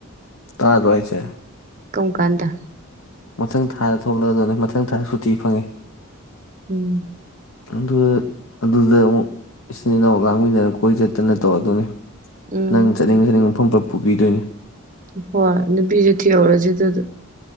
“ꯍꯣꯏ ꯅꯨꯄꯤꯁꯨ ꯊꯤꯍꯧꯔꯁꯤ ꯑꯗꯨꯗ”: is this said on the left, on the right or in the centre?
Right